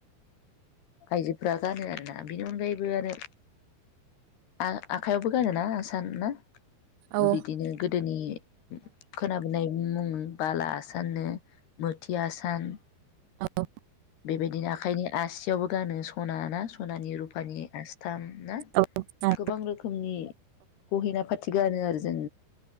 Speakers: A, on the left; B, on the right.
A: आइजोफोरा गानो आरोना बेनि अनगायैबो आरो आ आखाइयावबो गानोना आसान ना,
B: औ
A: बिदिनो गोदोनि खोनाब होनाय मुं बाला आसाननो मोथि आसान
B: औ
A: बेबायदिनो आखाइनि आसियावबो गानो सना ना सनानि रुपानि आस्थाम, ना
B: आसाम औ
A: गोबां रोखोमनि गहेना फाथि गानो आरो जों